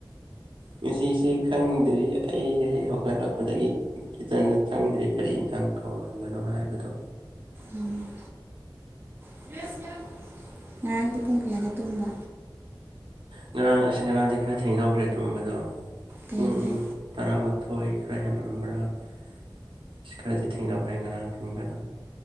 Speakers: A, on the right (about 70°); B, on the right (about 25°).
A: ꯉꯁꯤꯁꯦ ꯈꯪꯗ꯭ꯔꯤꯌꯦ ꯑꯩ ꯍꯦꯛ ꯍꯧꯒꯠꯂꯛꯄꯗꯒꯤ ꯀꯤꯠꯆꯟꯗ ꯆꯪꯗ꯭ꯔꯤ ꯀꯔꯤ ꯏꯟꯁꯥꯡ ꯊꯣꯡꯉꯝꯕꯅꯣ ꯍꯥꯏꯕꯗꯣ
B: ꯎꯝ <unintelligible> ꯉꯔꯥꯡꯗꯤ ꯄꯨꯡ ꯀꯌꯥꯗ ꯇꯨꯝꯕ
A: ꯉꯔꯥꯡ ꯑꯁ ꯉꯔꯥꯡꯗꯤ ꯈꯔ ꯊꯦꯡꯗꯣꯛꯈ꯭ꯔꯦ ꯇꯨꯝꯕꯗꯣ
B: ꯀꯩꯒꯤ
A: ꯄꯨꯡ ꯇꯔꯥꯃꯥꯊꯣꯏ ꯈꯔ ꯍꯦꯜꯂꯝꯕ꯭ꯔꯥ ꯑꯁ ꯈꯔꯗꯤ ꯊꯦꯡꯗꯣꯛꯈ꯭ꯔꯦ ꯉꯔꯥꯡ ꯇꯨꯝꯕꯗꯣ